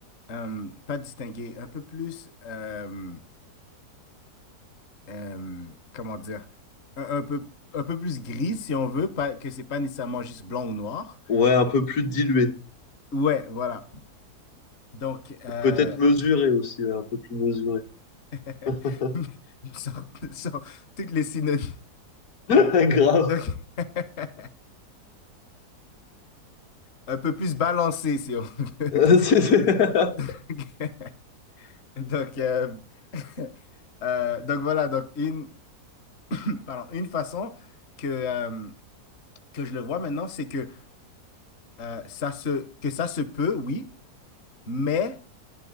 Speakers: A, on the left; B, on the left.
A: euh, pas distinguée, un peu plus, euh, euh, comment dire, un, un peu, un peu plus grise si on veut, pas, que c'est pas nécessairement juste blanc ou noir.
B: Ouais, un peu plus dilué.
A: Ouais, voilà. Donc, euh,
B: Peut-être mesuré aussi, ouais, un peu plus mesuré.
A: <laughs>
B: <laughs>
A: Sur, sur toutes les synonymes.
B: Grave.
A: <laughs> Donc, <laughs> un peu plus balancé, si on veut. <laughs>
B: Euh,
A: Ok, c'est
B: c'est-
A: bon.
B: c'est- <laughs>
A: <laughs> Donc, euh, <laughs> euh, donc voilà, donc une, <coughs> <clears throat> pardon, une façon que, euh, que je le vois maintenant, c'est que, euh, ça se, que ça se peut, oui, mais